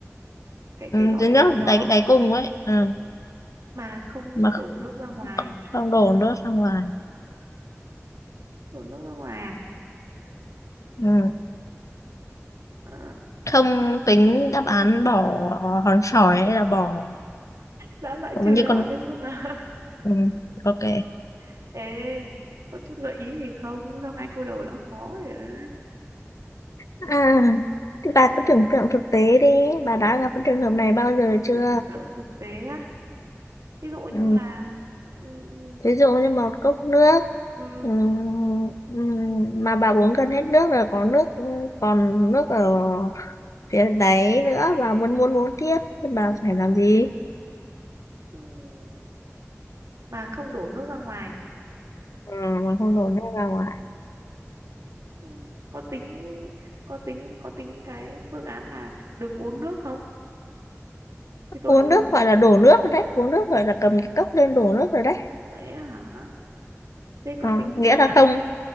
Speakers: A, on the right (about 80°); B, on the left (about 80°).
A: cái
B: Ừ,
A: cái lọ
B: dưới
A: thủy
B: nước
A: tinh đó
B: đáy đáy cùng ấy. Ừ.
A: mà không
B: Mà
A: đổ nước ra ngoài
B: không, không đổ nước ra ngoài.
A: đổ nước ra ngoài à
B: Ừ.
A: Ờ,
B: Không tính đáp án bỏ hòn sỏi hay là bỏ
A: đã loại
B: cũng
A: trừ
B: như
A: đáp
B: con
A: án đấy luôn à
B: ừ. Ok.
A: <laughs> ê có chút gợi ý gì không sao ngay câu đầu đã khó rồi á
B: À, thì bà cứ tưởng tượng thực tế đi, bà
A: tưởng
B: đã gặp
A: tượng
B: cái trường
A: thực
B: hợp này bao giờ chưa?
A: tưởng tượng thực tế á ví dụ
B: Ừ.
A: như là ừm,
B: Thí dụ như một cốc nước
A: ừm,
B: ừ, ừ, mà bà uống gần hết nước rồi có nước ừ, còn nước ở phía đáy nữa và muốn muốn uống tiếp thì bà phải làm gì?
A: ừm, mà không đổ nước ra ngoài
B: Ừ, mà không đổ nước ra ngoài.
A: Ừ, có tính có tính có tính cái phương án là được uống nước không thì tôi
B: Uống
A: đâu
B: nước
A: đổ ra ngoài
B: gọi là đổ nước rồi đấy, uống nước gọi là cầm cái cốc lên đổ nước rồi đấy.
A: lẽ hả thế có
B: Ờ,
A: tính cái
B: nghĩa
A: phương
B: là
A: án
B: không
A: là